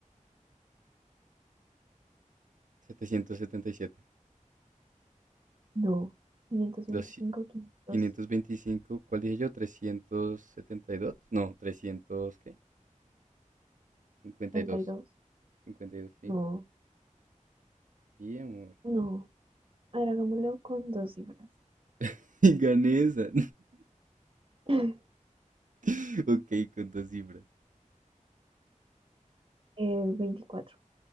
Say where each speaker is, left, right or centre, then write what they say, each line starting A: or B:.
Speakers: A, on the right (about 70°); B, on the right (about 40°).
A: setecientos setenta y siete,
B: No. quinientos quinientos
A: dos
B: veinticinco, quinientos
A: quinientos veinticinco. ¿cuál dije yo? 372. no, trescientos ¿qué? Cincuenta
B: treinta
A: cincuenta y dos,
B: y dos.
A: cincuenta y dos. sí,
B: No.
A: sí, amor.
B: No. A ver, hagámoslo con dos cifras.
A: <laughs> Y gané esa.
B: <laughs> Entonces,
A: <laughs> ok, con dos cifras.
B: Eh, veinticuatro,